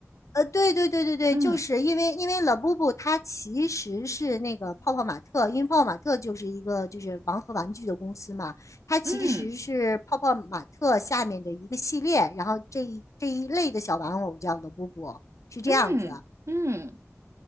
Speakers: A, on the left; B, on the right.
A: 呃，对对对对对，
B: 嗯
A: 就是因为因为 l 布布它其实是那个泡泡玛特，因为泡泡玛特就是一个就是盲盒玩具的公司嘛，它其实是泡泡玛特下面的一个系列，
B: 嗯
A: 然后这一这一类的小玩偶叫 l 布布，是这样子。
B: 嗯嗯，